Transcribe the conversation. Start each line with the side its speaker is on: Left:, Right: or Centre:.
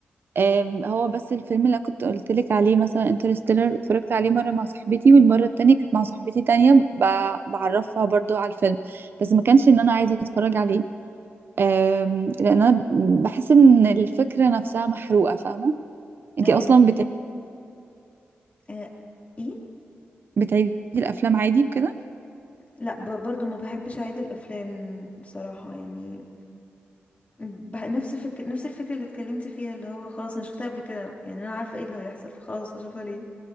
Right: آم، هو بس الفيلم اللي كنت قلت لك عليه مثلا انترستيلر اتفرجت عليه مرة مع صاحبتي والمرة التانية كانت مع صاحبتي تانية ب- بعرفها برضو على الفيلم بس ما كانش ان انا عايزة اتفرج عليه أم، لان انا بحس ان الفكره نفسها محروقه فاهمه انتي
Left: ايوه
Right: اصلا بتع-
Left: آه. ايه
Right: بتعيدي الافلام عادي وكده
Left: لا ب- برضو ما بحبش اعيد الافلام بصراحة يعني ب- نفس فكر نفس الفكرة اللي اتكلمتي فيها اللي هو خلاص انا شفتها قبل كده يعني انا عارفة ايه اللي هيحصل فخلاص هشوفها ليه